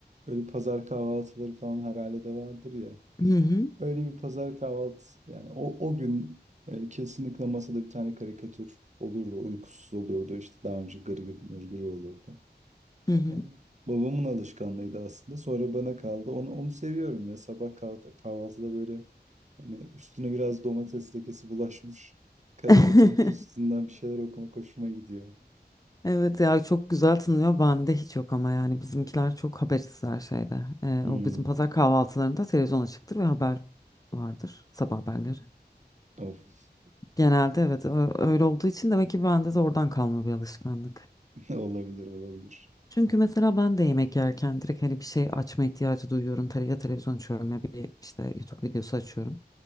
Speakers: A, on the right; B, on the left.
A: böyle pazar kahvaltıları falan herhalde de vardır ya.
B: hı hı.
A: Öyle bir pazar kahvaltı yani o, o gün e, kesinlikle masada bir tane karikatür olurdu. Uykusuz olurdu. işte daha önce gırgır mırgır olurdu.
B: Hı
A: Evet.
B: hı.
A: Babamın alışkanlığıydı aslında. Sonra bana kaldı. Onu, onu seviyorum ya. Sabah kalk- kahvaltıda böyle hani üstüne biraz domates lekesi bulaşmış karikatürün
B: <laughs>
A: <laughs> üstünden bir şeyler okumak hoşuma gidiyor.
B: Evet ya çok güzel tınlıyor. Bende hiç yok ama yani bizimkiler çok habersiz her şeyde. Ee,
A: Hmm.
B: o bizim pazar kahvaltılarında televizyon açıktır ve haber vardır sabah haberleri.
A: Of.
B: Genelde evet ö- öyle olduğu için demek ki bende de oradan kalma bir alışkanlık.
A: <laughs> Olabilir, olabilir.
B: Çünkü mesela ben de yemek yerken direkt hani bir şey açma ihtiyacı duyuyorum. Tele ya televizyon açıyorum ya bir işte YouTube videosu açıyorum.